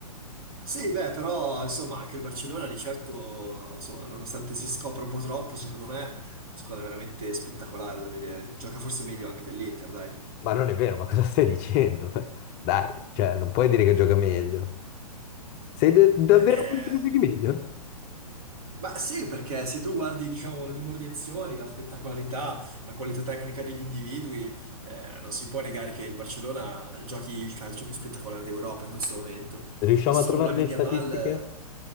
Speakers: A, on the right; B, on the left.
A: Sì, beh, però insomma anche il Barcellona di certo, insomma, nonostante si scopra un po' troppo, secondo me è una squadra veramente spettacolare da vedere. Gioca forse meglio anche dell'Inter, dai.
B: Ma non è vero, ma cosa stai dicendo? <laughs> Dai, cioè, non puoi dire che gioca meglio. Sei da- davvero
A: Beh, eh,
B: convinto che giochi meglio?
A: ma sì, perché se tu guardi, diciamo, il numero di azioni, la spettacolarità, la qualità tecnica degli individui, eh, non si può negare che il Barcellona giochi il calcio più spettacolare d'Europa in questo momento.
B: Riusciamo
A: Il solo
B: a trovare
A: Lamine
B: le statistiche
A: Yamal, eh,